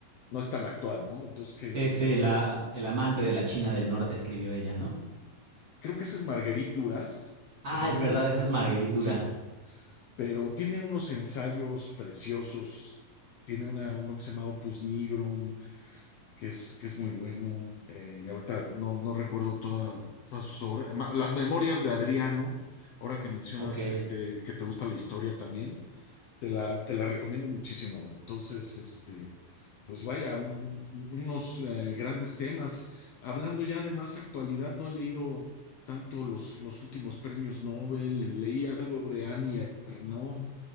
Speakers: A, on the left; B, on the right.
A: no es tan actual, ¿no? Entonces, qué,
B: Es
A: qué
B: la,
A: bueno
B: el amante de la China del Norte, escribió ella, ¿no?
A: creo que ese es Marguerite Duras, si
B: Ah,
A: no
B: es
A: me
B: verdad,
A: equivoco.
B: esa es Marguerite Duras.
A: Sí, pero tiene unos ensayos preciosos. Tiene una, uno que se llama Opus Nigrum, que es, que es muy bueno. Eh, y ahorita no, no recuerdo toda- todas sus obras. Ma- Las Memorias de Adriano, ahora que mencionas
B: Ok,
A: este, que te gusta la historia también. Te la, te la recomiendo muchísimo. Entonces, este, pues vaya, un- un- unos eh, grandes temas. Hablando ya de más actualidad, no he leído tanto los, los últimos premios Nobel. Leí algo de Annie Ernaux,